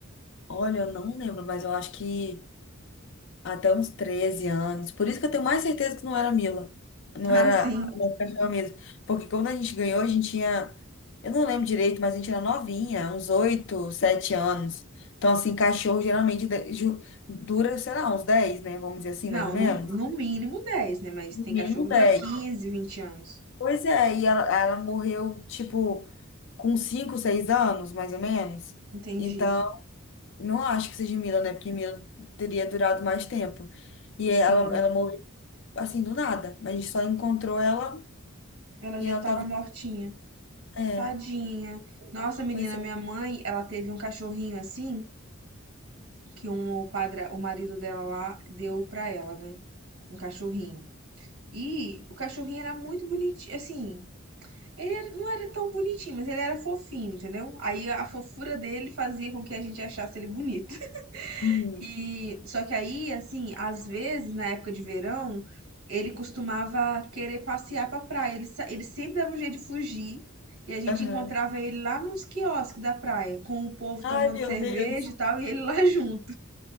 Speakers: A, on the left; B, on the right.
A: olha, eu não lembro, mas eu acho que. até uns 13 anos. Por isso que eu tenho mais certeza que não era Mila. Não
B: Ah,
A: era
B: sim.
A: a nossa cachorra mesmo. Porque quando a gente ganhou, a gente tinha. Eu não lembro direito, mas a gente era novinha, uns 8, 7 anos. Então, assim, cachorro geralmente de- ju- dura, sei lá, uns 10, né? Vamos dizer assim,
B: Não,
A: mais ou menos.
B: no, no mínimo dez né? Mas
A: No
B: tem
A: mínimo
B: cachorro que
A: 10.
B: dura quinze vinte anos.
A: Pois é, e ela, ela morreu, tipo, com 5, 6 anos, mais ou menos.
B: Entendi.
A: Então, não acho que seja Mila, né? Porque Mila teria durado mais tempo. E
B: Sim.
A: ela, ela assim, do nada. Mas a gente só encontrou ela
B: Ela já
A: e ela
B: estava
A: tava.
B: mortinha.
A: É,
B: Tadinha. Nossa, menina,
A: pois é.
B: minha mãe, ela teve um cachorrinho assim, que um, o padre, o marido dela lá deu pra ela, né? Um cachorrinho. E o cachorrinho era muito bonitinho, assim, ele era- não era tão bonitinho, mas ele era fofinho, entendeu? Aí a fofura dele fazia com que a gente achasse ele bonito.
A: Hum,
B: E só que aí, assim, às vezes na época de verão, ele costumava querer passear pra praia. Ele, sa- ele sempre dava um jeito de fugir. E a gente
A: aham.
B: encontrava ele lá nos quiosques da praia, com o povo
A: Ai,
B: tomando
A: meu
B: cerveja
A: Deus.
B: e tal, e ele lá <laughs> junto.